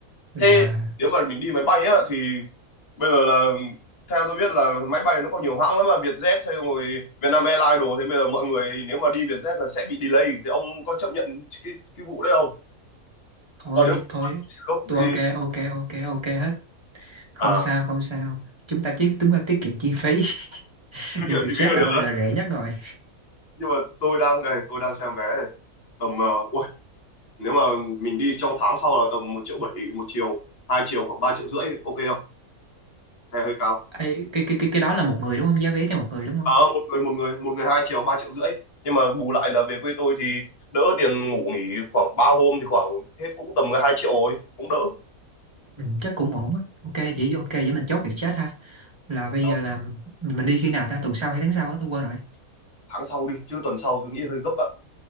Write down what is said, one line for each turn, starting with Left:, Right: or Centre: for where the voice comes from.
Right: Là
Left: Thế nếu mà mình đi máy bay á thì bây giờ là theo tôi biết là máy bay nó có nhiều hãng lắm mà Vietjet hay rồi Vietnam Airlines đồ thế bây giờ mọi người nếu mà đi Vietjet là sẽ bị delay thì ông có chấp nhận cái cái vụ đấy không?
Right: thôi
Left: Còn nếu
Right: thôi
Left: mà đi sớm
Right: tôi
Left: thì
Right: ok ok ok ok hết. Không
Left: à
Right: sao không sao. Chúng ta tiết chúng ta tiết kiệm chi phí. <laughs>
Left: thương
Right: Đi
Left: hiệu
Right: Vietjet
Left: gì bây giờ được
Right: là là rẻ nhất rồi.
Left: nhưng mà tôi đang đây tôi đang xem vé này. tầm uh, ui nếu mà mình đi trong tháng sau là tầm một triệu bảy một chiều hai chiều khoảng ba triệu rưỡi ok không hay hơi cao
Right: Ê, cái cái cái cái đó là một người đúng không? Giá vé cho một người đúng không?
Left: Ờ, một người một người một người hai triệu ba triệu rưỡi nhưng mà bù lại là về quê tôi thì đỡ tiền ngủ nghỉ khoảng ba hôm thì khoảng hết cũng tầm cái hai triệu rồi cũng đỡ
Right: Ừ, chắc cũng ổn á. Ok vậy ok vậy mình chốt Vietjet ha. Là bây
Left: Ờ,
Right: giờ là mình mình đi khi nào ta? Tuần sau hay tháng sau á tôi quên rồi.
Left: tháng sau đi chứ tuần sau tôi nghĩ hơi gấp ạ